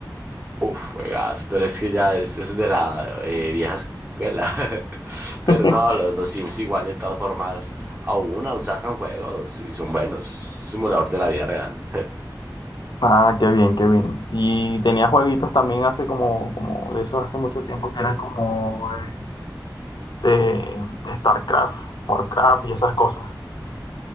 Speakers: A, on the right (about 20°); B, on the left (about 70°).
A: Uf, juegas, pero es que ya es, es de la eh, vieja escuela. <laughs> Pero
B: <laughs>
A: no, los, los Sims igual de todas formas aún, aún sacan juegos y son buenos. Simulador de la vida real. <laughs>
B: Ah, qué bien, qué bien. Y tenía jueguitos también hace como, como de esos hace mucho tiempo que eran como eh, de, de StarCraft, Warcraft y esas cosas.